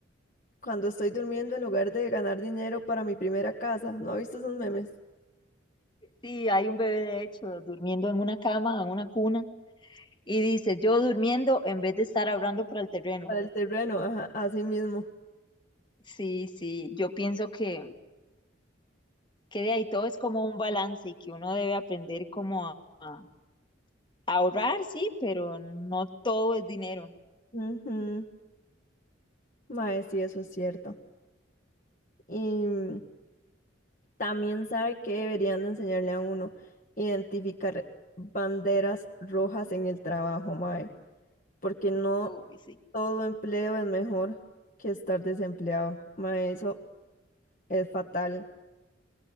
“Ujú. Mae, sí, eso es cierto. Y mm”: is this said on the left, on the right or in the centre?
Left